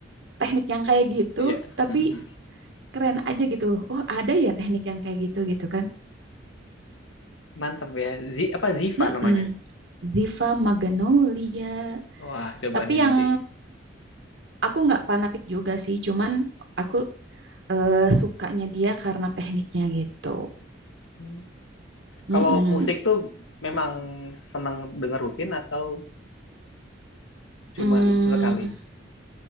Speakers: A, on the right; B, on the left.
A: teknik yang kayak gitu
B: iya.
A: tapi
B: Mhm.
A: keren aja gitu oh ada ya teknik yang kayak gitu gitu kan
B: Mantap ya. Z apa Ziva
A: mm
B: namanya?
A: Ziva Magnolia
B: Wah, coba
A: tapi
B: deh nanti.
A: yang aku nggak fanatik juga sih cuman aku eh, sukanya dia karena tekniknya gitu
B: Hmm.
A: Mm-mm.
B: Kalau musik tuh memang senang denger rutin atau cuman
A: mm
B: sesekali?